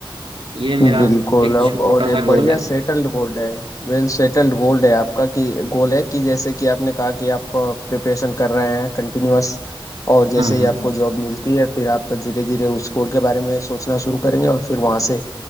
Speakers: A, on the right (about 80°); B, on the left (about 40°).
A: ये मेरा
B: बिल्कुल
A: एक
B: अब
A: छोटा
B: और ये
A: सा गोल
B: बढ़िया
A: है
B: सेटल्ड गोल्ड है वेल सेटल्ड गोल्ड है आपका कि गोल है कि जैसे कि आपने कहा कि आप प्रिपरेशन कर रहे हैं कंटिन्यूअस और जैसे
A: हम्म
B: ही
A: हम्म
B: आपको जॉब मिलती है फिर आप धीरे धीरे उस गोल के बारे में सोचना शुरू करेंगे और फिर वहां से